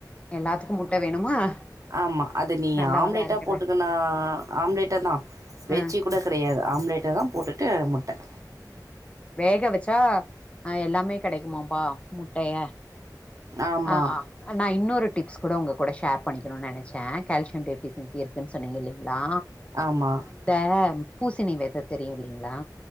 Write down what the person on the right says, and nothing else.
ஆமா
அத நீ
ஆம்லேட்டா
போட்டுக்கினா ஆம்லேட்டதா வெச்சு
கூட கெடையாது ஆம்லேட்டதா போட்டுட்டு முட்ட
ஆமா
ஆமா